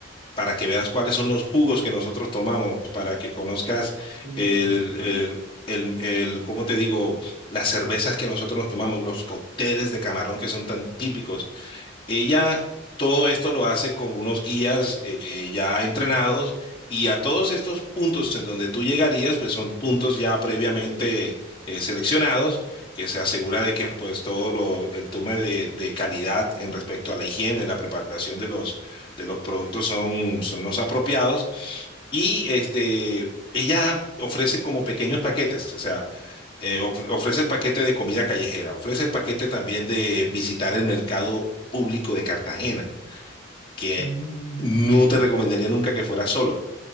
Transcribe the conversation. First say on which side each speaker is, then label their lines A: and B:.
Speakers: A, on the left; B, on the right.
A: para que veas cuáles son los jugos que nosotros tomamos, para que conozcas
B: Uy,
A: el,
B: eso me interesa.
A: el, el, el, ¿cómo te digo? Las cervezas que nosotros nos tomamos, los cócteles de camarón que son tan típicos. Ella todo esto lo hace con unos guías eh, ya entrenados y a todos estos puntos en donde tú llegarías, pues son puntos ya previamente eh, seleccionados, que se asegura de que pues todo lo, el tema de, de calidad en respecto a la higiene, la preparación de los, de los productos son, son los apropiados. Y este, ella ofrece como pequeños paquetes, o sea, eh, of- ofrece el paquete de comida callejera, ofrece el paquete también de visitar el mercado público de Cartagena, que
B: ¿no?
A: no te recomendaría nunca que fueras solo,